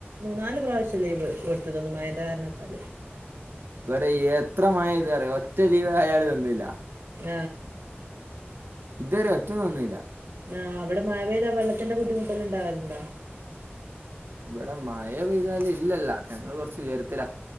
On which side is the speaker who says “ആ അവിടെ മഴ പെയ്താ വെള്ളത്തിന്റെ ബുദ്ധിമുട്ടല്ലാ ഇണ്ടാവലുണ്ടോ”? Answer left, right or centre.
Right